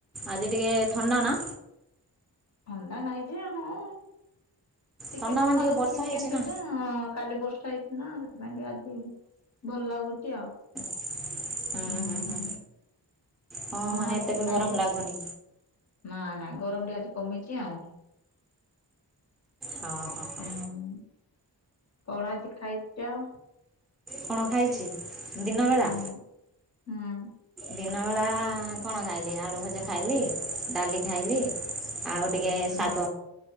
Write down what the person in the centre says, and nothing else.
ଆଜି ଟିକେ ଥଣ୍ଡା ନା?
ଥଣ୍ଡା
ମାନେ
ବର୍ଷା
ହେଇଛି
ନା
ହ ହୁଁ
ହୁ ହଁ
ମାନେ
ଏତେ ବି
ଗରମ ଲାଗୁନି।
ହଁ ହଁ। ହଁ
କଣ ଖାଇଛି ଦିନବେଳା?
ଦିନବେଳା କଣ ଖାଇଲି ଆଳୁ ଭଜା ଖାଇଲି ଡାଲି ଖାଇଲି। ଆଉ ଟିକେ
ଶାଗ